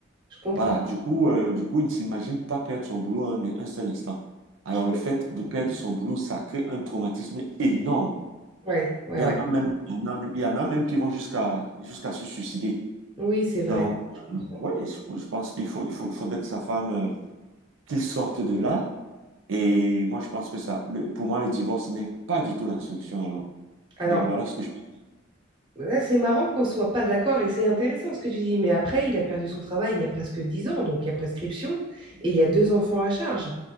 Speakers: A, on the right; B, on the right.
A: je comprends.
B: Voilà, du coup, euh, du coup, il ne s'imagine pas perdre son boulot un, un seul instant. Alors,
A: Je
B: le fait de
A: comprends.
B: perdre son boulot, ça crée un traumatisme énorme.
A: Ouais, ouais,
B: Il
A: ouais.
B: y en a même, il y en a, il y en a même qui vont jusqu'à jusqu'à se suicider.
A: Oui, c'est vrai,
B: Donc,
A: je comprends.
B: oui, je, je pense qu'il faut, il faut, il faudrait que sa femme, euh, qu'il sorte de là. Et moi, je pense que ça, le- pour moi, le divorce n'est pas du tout la solution alors.
A: Alors,
B: Donc, voilà ce que je dis.
A: Ouais, C'est marrant qu'on soit pas d'accord et c'est intéressant ce que tu dis. Mais après, il a perdu son travail il y a presque 10 ans, donc il y a prescription et il y a deux enfants à charge.